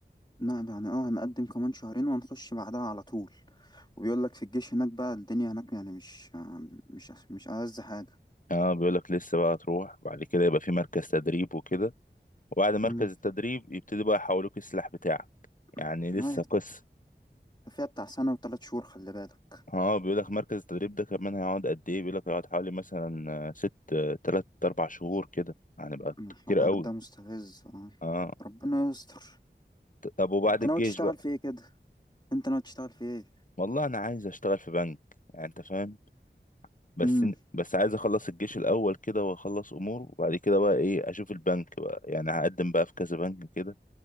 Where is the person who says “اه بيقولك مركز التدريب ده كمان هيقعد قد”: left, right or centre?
Left